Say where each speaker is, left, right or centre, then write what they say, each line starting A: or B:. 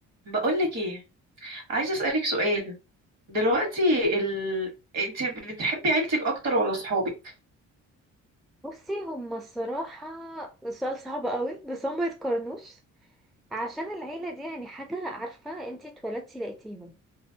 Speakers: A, on the right; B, in the centre.
A: بقولك ايه عايزة اسألك سؤال دلوقتي ال... انت بتحبي عيلتك اكتر ولا صحابك
B: بصي هما الصراحة سؤال صعب قوي بس هما يتقارنوش عشان العيلة دي يعني حاجة عارفة انتي اتولدتي لقيتيهم